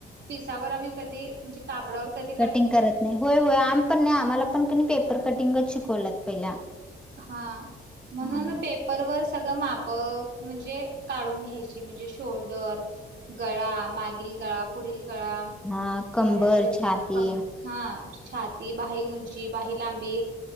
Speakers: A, on the right; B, in the centre.
A: पिसावर आम्ही कधी म्हणजे. कापडावर कधी.
B: कटिंग करत नाही होय होय आम पण नाही आम्हाला पण क पेपर कटिंगच शिकवलात पहिला.
A: हा म्हणून
B: ह
A: पे परवर सगळं माप म्हणजे काढून घ्यायची म्हणजे शोल्डर गळा मागील गळा पुढील गळा
B: हा
A: परत
B: कंबर छाती
A: कम हा छाती बाही उंची बाही लांबी